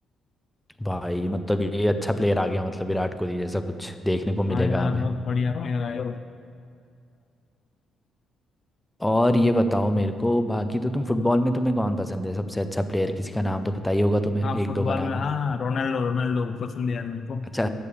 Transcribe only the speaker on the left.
हाँ
यार
बहुत बढ़िया प्लेयर है
हाँ
फुटबॉल
में हाँ रोनाल्डो रोनाल्डो पसंद है यार मेरे को